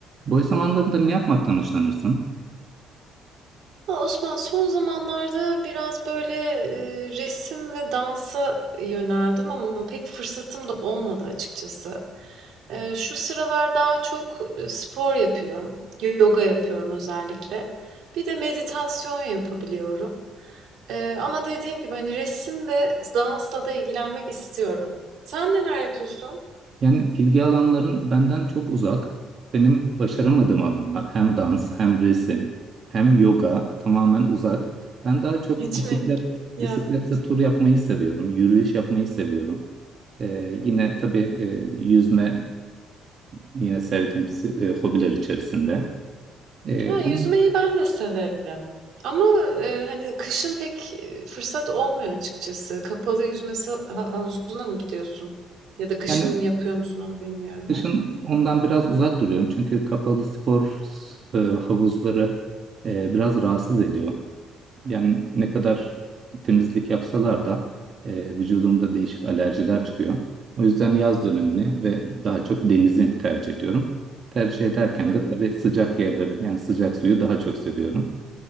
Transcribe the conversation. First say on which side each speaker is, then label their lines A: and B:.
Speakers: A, on the right; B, on the right.
A: Boş zamanlarında ne yapmaktan hoşlanırsın?
B: Osman son zamanlarda biraz böyle e, resim ve dansa yöneldim ama pek fırsatım da olmadı açıkçası. E, şu sıralar daha çok e, spor yapıyorum, yoga yapıyorum özellikle. Bir de meditasyon yapabiliyorum. E, ama dediğim gibi hani resim ve dansla da ilgilenmek istiyorum. Sen neler yapıyorsun?
A: Yani ilgi alanların benden çok uzak. Benim başaramadığım alanlar hem dans hem resim hem yoga tamamen uzak. Ben daha çok
B: Hiç
A: bisiklet
B: mi yapmıyorsun?
A: bisikletle tur yapmayı seviyorum. Yürüyüş yapmayı seviyorum. Ee, yine tabii e, yüzme yine sevdiğim si, e, hobiler içerisinde. Ee,
B: Ha,
A: onun,
B: yüzmeyi ben de severim. Ama e, hani kışın pek e, fırsat olmuyor açıkçası. Kapalı yüzme sa- ha- havuzuna mı gidiyorsun? Ya da kışın
A: yani
B: yapıyor musun onu bilmiyorum
A: kışın
B: da.
A: ondan biraz uzak duruyorum. Çünkü kapalı spor e, havuzları e, biraz rahatsız ediyor. Yani ne kadar temizlik yapsalar da e, vücudumda değişik alerjiler çıkıyor. O yüzden yaz dönemini ve daha çok denizi tercih ediyorum. Tercih ederken
B: Hı hı.
A: de tabii sıcak yerleri yani sıcak suyu daha çok seviyorum.